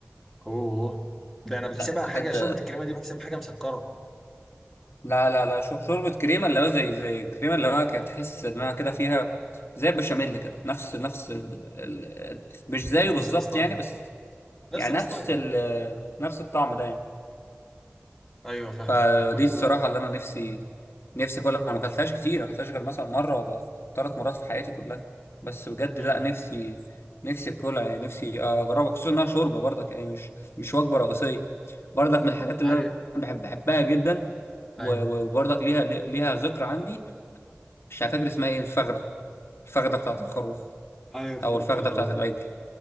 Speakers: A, in the centre; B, on the left (about 60°).
A: اوه ده انا بحسبها
B: لا بجد
A: حاجة شوربة الكريمة دي بحسب حاجة مسكرة
B: لا لا لا شو- شوربه كريمه اللي هو زي زي كريمه اللي هو كده تحس انها كده فيها زي البشاميل كده نفس نفس ال... ال... مش زيه بالظبط
A: نفس الستايل
B: يعني بس
A: نفس
B: يعني
A: الستايل
B: نفس ال... نفس الطعم ده يعني
A: ايوه فاهمك
B: فدي
A: فاهمك
B: الصراحة
A: و... أيوة
B: اللي أنا نفسي نفسي أكلها أنا ما أكلتهاش كتير ما أكلتهاش غير مثلا مرة ولا ثلاث مرات في حياتي كلها بس بجد
A: مم.
B: لا نفسي نفسي أكلها يعني نفسي أجربها خصوصا إنها شوربة برضك يعني مش مش وجبة رئيسية برضك من الحاجات اللي
A: عارف
B: أنا بحب بحبها جدا و-
A: ايوه
B: و- وبرضك ليها ليها ذكرى عندي مش فاكر اسمها إيه الفخدة الفخدة بتاعت الخروف
A: أيوة فهمت
B: أو الفخدة
A: الخروف
B: بتاعت العجل